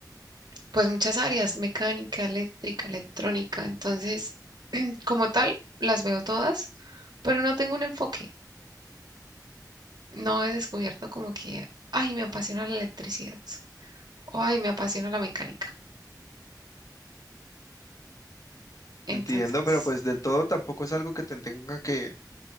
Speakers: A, on the right; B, on the left.
A: pues muchas áreas, mecánica, eléctrica, electrónica. Entonces, <clears throat> como tal, las veo todas, pero no tengo un enfoque. No he descubierto como que, ay, me apasiona la electricidad o ay, me apasiona la mecánica. Entonces,
B: Entiendo, pero pues del todo tampoco es algo que te tenga que